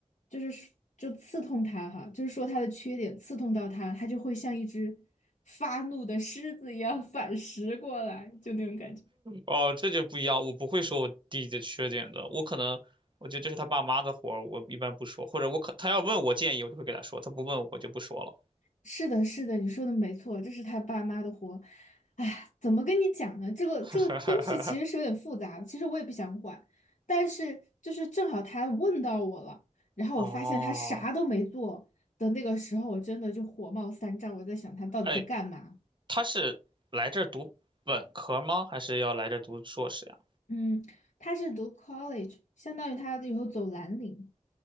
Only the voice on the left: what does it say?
就是说就刺痛他哈，就是说他的缺点刺痛到他，他就会像一只发怒的狮子一样 <laughs> 反噬过来，就那种感觉。
是的，是的，你说的没错，这是他爸妈的活。哎，怎么跟你讲呢？这个这个东西其实是有点复杂的，
其实我也不想管，但是就是正好他问到我了，然后我发现他啥都没做的那个时候，
我真的就火冒三丈，我在想他到底在干嘛？
嗯，他是读 college，相当于他以后走蓝领。